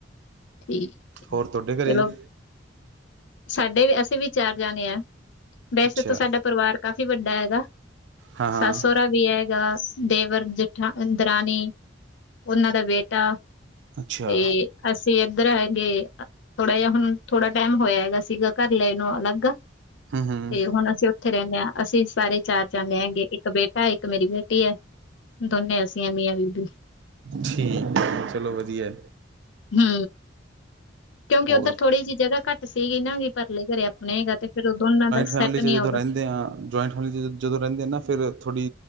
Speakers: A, on the left (about 80°); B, on the right (about 70°).
A: ਠੀਕ,
B: ਹੋਰ ਤੁਹਾਡੇ ਘਰੇ
A: ਚਲੋ
B: ਜੀ
A: ਸਾਡੇ ਵੀ ਅਸੀ ਵੀ ਚਾਰ ਜਾਨੇ ਆਂ। ਵੈਸੇ
B: ਅੱਛਾ
A: ਤੋ, ਸਾਡਾ ਪਰਵਾਰ ਕਾਫੀ ਵੱਡਾ ਹੈਗਾ
B: ਹਾਂ
A: ਸੱਸ,
B: ਹਾਂ
A: ਸੋ ਸੋਹਰਾ ਵੀ ਹੈਗਾ, ਦੇਵਰ ਜੇਠ ਦਰਾਨੀ, ਓਨਾਂ ਦਾ ਬੇਟਾ
B: ਅੱਛਾ
A: ਤੇ, ਅਸੀਂ। ਅਸੀਂ ਏਧਰ ਹੈਗੇ ਥੋੜਾ ਜੇਹਾ ਹੁਨ ਥੋੜਾ ਟਾਈਮ ਹੋਏਆ ਹੈਗਾ, ਸੀਗਾ ਘਰ ਲਏ ਨੂੰ ਅਲੱਗ।
B: ਹੂੰ-ਹੂੰ
A: ਤੇ ਹੁਨ ਅਸੀਂ ਉ ਥੇ, ਰੈਂਨੇ ਆਂ, ਅਸੀ ਸਾਰੇ ਚਾਰ ਜਨੇ ਹੈਗੇ ਇਕ ਬੇਟਾ, ਇਕ ਮੇਰੀ ਬੇਟੀ ਐ ਦੋਨੇ ਅਸੀ ਆਂ ਮੀਆਂ ਬੀਬੀ।
B: ਠੀਕ, ਚਲੋ ਵਦੀਐ
A: ਹੂੰ ਕਿਉਂਕਿ
B: ਹੋਰ
A: ਉੱਧਰ ਥੋੜੀ ਜੀ ਜਗਾ ਘੱਟ ਸੀਗੀ ਨਾ, ਪਰਲੇ ਘਰੇ ਆਪਨੇ ਹੈਗਾ ਤੇ ਫੇਰ ਦੋਨਾਂ ਦਾ ਸੈੱਟ
B: ਫੈਮਲੀ
A: ਨਹੀਂ
B: 'ਚ ਜਦੋਂ
A: ਆਉਂਦਾ
B: ਰੈਂਦੇ ਆਂ, ਜੁਆਏਂਟ ਫੈਮਲੀ 'ਚ ਜਦੋਂ ਰੈਂਦੇ ਆ ਨਾ ਫੇਰ ਥੋੜੀ